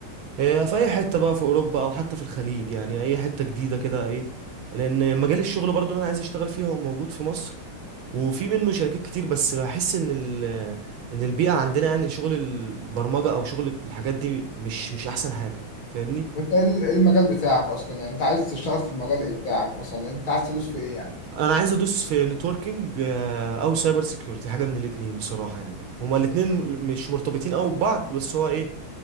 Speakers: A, on the right; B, on the left.
A: إيه في اي حتة بقى في اوروبا او حتى في الخليج يعني اي حتة جديدة كده ايه لان مجال الشغل برضو اللي انا عايز اشتغل فيه هو موجود في مصر وفي منه شركات كتير بس بحس ان ال ان البيئة عندنا يعني شغل البرمجة او شغل الحاجات دي مش مش احسن حاجة فاهمني
B: وانت ايه ال- ايه المجال بتاعك اصلا يعني انت عايز تشتغل في المجال ايه بتاعك مثلا انت عايز تدوس في ايه يعني؟
A: انا عايز ادوس في نتوركينج او سايبر سيكيورتي حاجه من الاتنين بصراحه يعني هما الاتنين م- مش مرتبطين قوي ببعض بس هو ايه